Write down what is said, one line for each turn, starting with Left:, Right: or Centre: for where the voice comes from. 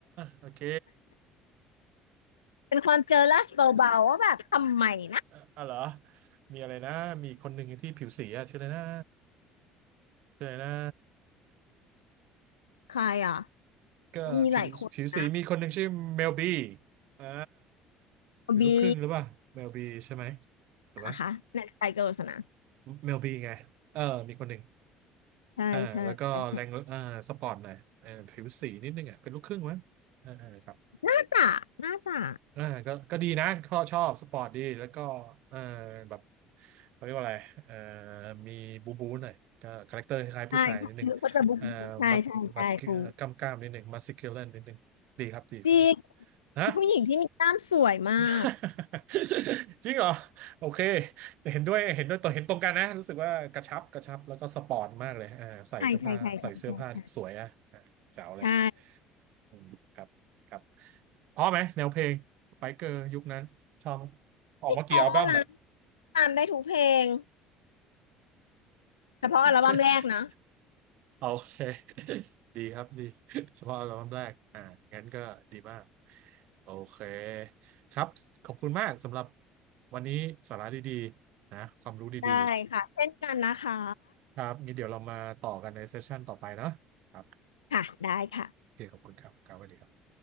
Right: โอเค
Left: เป็นความเจอลัสเบาๆว่าแบบทำไมนะ
Right: เอ่ออ๋อเหรอมีอะไรนะมีคนหนึ่งที่ผิวสีอะชื่ออะไรนะชื่ออะไรนะ
Left: ใครอ่ะ
Right: ก็ผิวผิวสีมีคนหนึ่งชื่อเมลบี
Left: มันมีหลายคนนะ
Right: อ่า
Left: บี
Right: เป็นลูกครึ่งหรือเปล่าเมลบีใช่ไหมถูกไหม
Left: นะคะในไทเกอร์สนะ
Right: เมลบีไง เออมีคนหนึ่ง
Left: ใช่ใช่ใช่
Right: อ่าแล้วก็แรงอ่าสปอร์ตหน่อยเออผิวสีนิดนึงอ่ะเป็นลูกครึ่งมั้งเออเออครับ
Left: น่าจะน่าจะ
Right: อ่าก็ก็ดีนะชอบชอบสปอร์ตดีแล้วก็เออแบบเขาเรียกว่าอะไรเออมีบูบูหน่อยก็คาแรคเตอร์คล้ายๆผู้ชายนิดนึงเออมัดมัสกล้ามกล้ามๆนิดนึงมัสคิวเลนนิดนึงดีครับดีคนนี้
Left: ใช่ใช่เขาจะบุ๊กบุ๊กใช่ใช่ใช่ครูจริง
Right: ฮะ
Left: ผู้หญิงที่มีกล้ามสวยมาก
Right: <laughs> จริงเหรอโอเคแต่เห็นด้วยเห็นด้วยตัวเห็นตรงกันนะรู้สึกว่ากระชับกระชับแล้วก็สปอร์ตมากเลยอ่าใส่เสื้อผ้าใส่เสื้อผ้าสวยอ่ะอ่าแจ๋วเลย
Left: ใช่ใช่ใช่ใช่ใช่ใช่ใช่
Right: อืมครับครับพอไหมแนวเพลงสไปเกอร์ยุคนั้นชอบไหมออกมากี่อัลบั้มอ่ะ
Left: เพราะนะตามได้ทุกเพลงเฉพาะอัลบั้มแรกนะ
Right: <laughs> โอเค <laughs> ดีครับดี <laughs> เฉพาะอัลบั้มแรกอ่างั้นก็ดีมาก โอเค ครับ ขอบคุณมากสำหรับวันนี้สาระดีๆนะความรู้ดี
Left: ได้ค่ะเช่นกันนะคะ
Right: ๆครับงี้เดี๋ยวเรามาต่อกันในเซสชั่นต่อไปเนอะครับ
Left: ค่ะได้ค่ะ
Right: โอเค ขอบคุณครับครับสวัสดีครับ